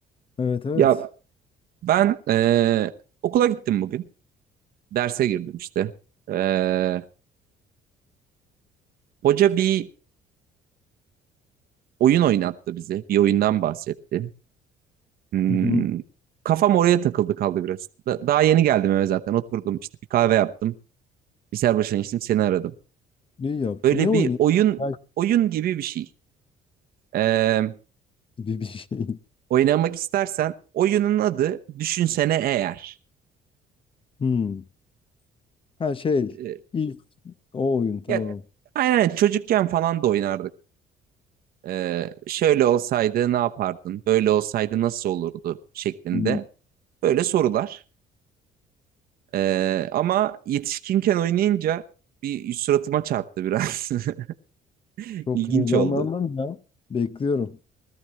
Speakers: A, on the left; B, on the right.
A: Evet evet.
B: Ya ben ee, okula gittim bugün. Derse girdim işte. Ee, hoca bir oyun oynattı bize. Bir oyundan bahsetti. Hmm,
A: Hı hı.
B: kafam oraya takıldı kaldı biraz. Da- daha yeni geldim eve zaten. Oturdum işte bir kahve yaptım. Bir serbaşan içtim seni aradım.
A: İyi yaptın.
B: Böyle
A: Ne oynayayım?
B: bir oyun
A: Belki
B: oyun gibi bir şey. E,
A: bir, bir şey. <laughs>
B: oynamak istersen oyunun adı Düşünsene Eğer.
A: Hmm. Ha şey.
B: Ee,
A: İlk o oyun tamam.
B: ya aynen çocukken falan da oynardık. Ee, şöyle olsaydı ne yapardın? Böyle olsaydı nasıl olurdu? şeklinde
A: Hmm.
B: böyle sorular. Ee, ama yetişkinken oynayınca bir suratıma çarptı biraz. <laughs>
A: Çok
B: İlginç
A: heyecanlandım
B: oldu.
A: ya. Bekliyorum.